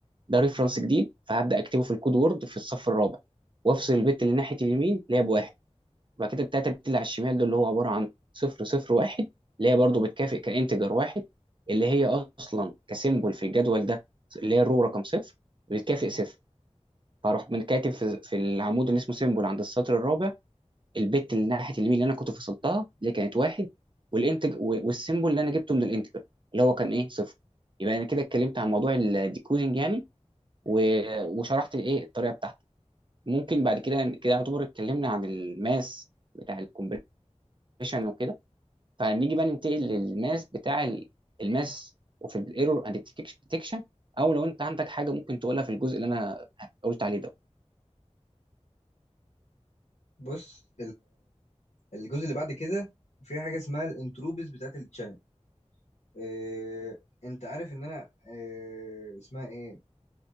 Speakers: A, on the right; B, on the left.
A: ده ريفرنس جديد فهبدا اكتبه في الكود وورد في الصف الرابع وافصل البت اللي ناحيه اليمين اللي هي بواحد وبعد كده التلاته البت اللي على الشمال دول اللي هو عباره عن صفر صفر واحد اللي هي برضو بتكافئ كانتجر واحد اللي هي اصلا كسيمبل في الجدول ده اللي هي الرو رقم صفر بتكافئ صفر فاروح من كاتب في, في العمود اللي اسمه سيمبل عند السطر الرابع البت اللي ناحيه اليمين اللي انا كنت فصلتها اللي كانت واحد والانتج و- والسيمبل اللي انا جبته من الانتجر اللي هو كان ايه صفر يبقى انا كده اتكلمت عن موضوع الديكودنج يعني و- وشرحت الايه الطريقه بتاعته ممكن بعد كده كده يعتبر اتكلمنا عن الماس بتاع الكومبريشن وكده فنيجي بقى ننتقل للماس بتاع ال- الماس وفي الايرور اند ديتكشن او لو انت عندك حاجه ممكن تقولها في الجزء اللي انا قلت عليه ده
B: بص الجزء اللي بعد كده في حاجه اسمها الانتروبيز بتاعت التشانل إيه انت عارف ان انا إيه اسمها ايه